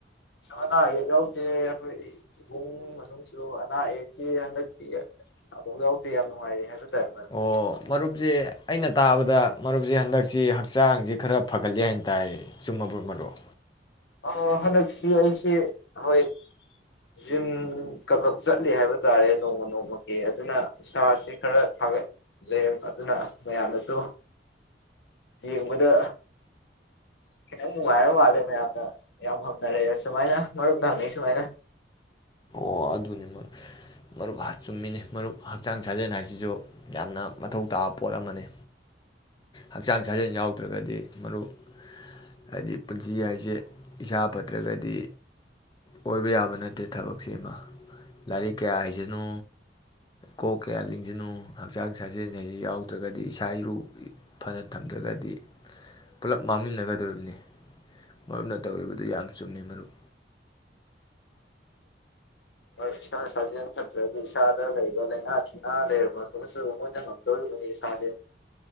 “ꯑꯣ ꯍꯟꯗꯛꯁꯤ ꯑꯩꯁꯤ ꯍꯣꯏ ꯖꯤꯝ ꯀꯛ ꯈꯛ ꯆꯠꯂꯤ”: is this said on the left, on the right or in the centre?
Left